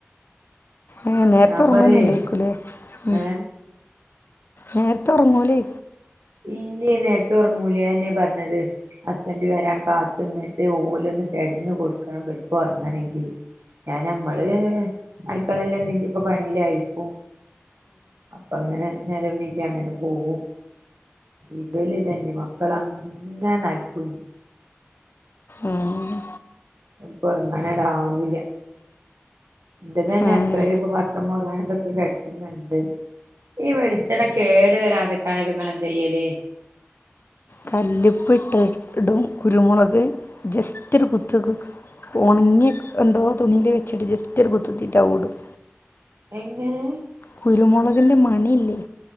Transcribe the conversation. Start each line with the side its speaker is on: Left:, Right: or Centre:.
Left: ഏഹ് നേരത്തെ
Right: ഞാൻ
Left: ഒറങ്ങുന്നല്ലായിക്കുലെ
Right: പറയേ
Left: ഉം
Right: ഏഹ്
Left: നേരത്തെ ഒറങ്ങൂലെ
Right: ഇല്ലേ നേരത്തെ ഒറങ്ങൂലെ അതന്നെ പറഞ്ഞത് ഹസ്ബൻഡ് വരാൻ കാത്തുന്നിട്ട് ഓലൊന്ന് കിടന്ന് കൊടുക്കണം ഇബൽക്ക് ഉറങ്ങണെങ്കില് ഞാന് നമ്മള് അട്ക്കളെലെന്തെങ്കി ഇപ്പ പണിലാരിക്കും അപ്പ അങ്ങനെ നേരം വൈഗി അങ്ങനെ പോവും ഇബല് ഇതന്നെ മക്കളങ്ങന നടക്കൂനി
Left: അഹ്
Right: ഇപ്പ ഒറങ്ങാനടാവൂല്ല എന്റതന്ന
Left: ആഹ്
Right: അടുക്കളെല് ഇപ്പ പാത്രം മോറാൻതൊക്കെ കെടക്കുന്നുണ്ട് ഈ വെളിച്ചെണക്ക് കേട് വെരാതിക്കാനക്ക നിങ്ങള് എന്തയ്യല്
Left: കല്ലിപ്പ്ട്ട് ഇടും കുരുമൊളക് ജസ്റ്റൊര് കുത്ത്ക് ഒണങ്ങിയക് എന്തോ തുണീല് വെച്ച്‌ട്ട് ജസ്റ്റൊരു കുത്തുത്തിട്ട് ഔടും
Right: എങ്ങനെ
Left: കുരുമൊളകിന്റ മണി ഇല്ലേ